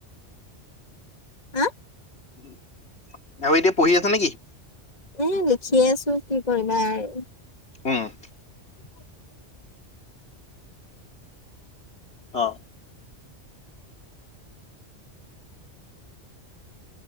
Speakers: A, on the left (about 35°); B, on the left (about 65°).
A: আ',
B: উম', আৰু এতিয়া পঢ়ি আছ নেকি?
A: এ', লিখিয়ে আছোঁ, কি কৰিবা আৰু?
B: ওহ',
A: <unintelligible>
B: অ',